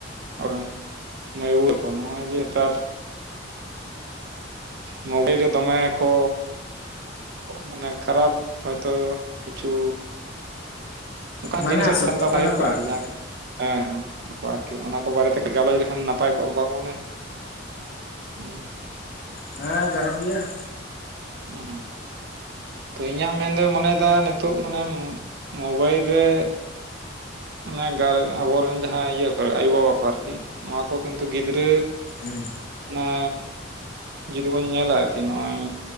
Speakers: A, on the right (about 55°); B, on the left (about 50°).
A: ᱟᱵᱚᱨᱮᱱ ᱢᱟᱹᱭ ᱵᱟᱹᱵᱩ ᱛᱟᱠᱚ ᱱᱚᱜᱼᱚᱭ ᱡ ᱱᱮᱛᱟᱨ ᱢᱳᱵᱟᱭ ᱨᱮ ᱫᱚᱢᱮ ᱠᱚ ᱢᱮᱫ ᱠᱷᱟᱨᱟᱯ ᱦᱚᱭᱛᱚ ᱠᱤᱪᱷᱩ ᱚᱱᱠᱟᱱ
B: ᱢᱟᱱᱮ
A: ᱡᱤᱱᱤᱥ ᱦᱚᱸ
B: ᱟᱥᱚᱠᱛᱚᱜ
A: ᱧᱮᱞ ᱫᱚ ᱵᱟᱝ
B: ᱠᱟᱱᱟ
A: ᱦᱩᱭᱩᱜ
B: ᱠᱚ
A: ᱠᱟᱱᱟᱤ
B: ᱟᱨᱠᱤ
A: ᱡᱟᱦᱟᱸ ᱦᱮᱸ ᱦᱮᱸ ᱩᱱᱠᱩ ᱟᱨᱠᱤ ᱚᱱᱟ ᱠᱚ ᱵᱟᱨᱮᱛᱮ ᱠᱟᱹᱡ ᱜᱟᱞᱚᱪ ᱞᱮᱠᱷᱟᱱ ᱱᱟᱯᱟᱭ ᱠᱚᱜᱼᱟ ᱵᱟᱝ ᱢᱟᱱᱮ ᱦᱩᱸ
B: ᱦᱮᱸ, ᱜᱟᱱᱚᱜ ᱜᱮᱭᱟ ᱾
A: ᱦᱮᱸ ᱦᱮᱸ ᱾ ᱛᱚ ᱤᱧᱟᱹᱜ ᱢᱮᱱ ᱫᱚᱭ ᱢᱚᱱᱮᱭᱮᱫᱟ ᱱᱤᱛᱚᱜ ᱢᱟᱱᱮ‌ ᱢᱚ ᱢᱚᱵᱟᱭᱤᱞ ᱨᱮ ᱟᱱᱮ ᱜᱟᱨ ᱟᱵᱚᱨᱮᱱ ᱡᱟᱦᱟᱸ ᱤᱭᱟᱹ ᱠᱚ ᱟᱭᱳᱼᱵᱟᱵᱟ ᱠᱚ ᱟᱨᱠᱤ, ᱱᱚᱣᱟ ᱠᱚ ᱠᱤᱱᱛᱩ ᱜᱤᱫᱽᱨᱟᱹ
B: ᱦᱮᱸ ᱾
A: ᱚᱱᱮ ᱡᱩᱫᱤ ᱵᱚᱱ ᱧᱮᱞᱟ ᱟᱨᱠᱤ ᱱᱚᱜᱼᱚᱭ